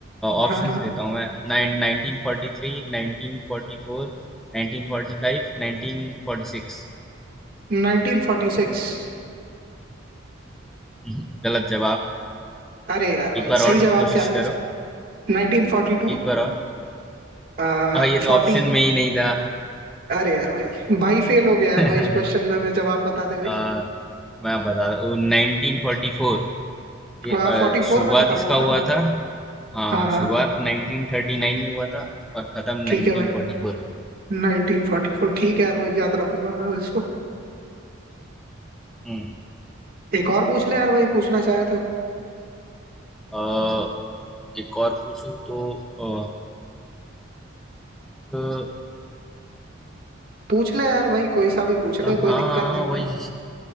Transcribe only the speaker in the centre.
ऑप्शंस
देता हूँ मैं नाइन 1943 1944 1945 1946
<laughs> गलत जवाब
एक बार और
कोशिश
करो
एक बार और
आ, ये
तो ऑप्शन में ही नहीं था
<laughs>
आ, मैं बता वो नाइनटीन फोर्टी फोर ये
आ,
शुरुआत
इसका
हुआ
था हाँ
शुरुआत 1939 में हुआ था और खत्म
1944
में हुआ था
हम्म
आ, एक और पूछूं तो आ, एक-
हाँ
वही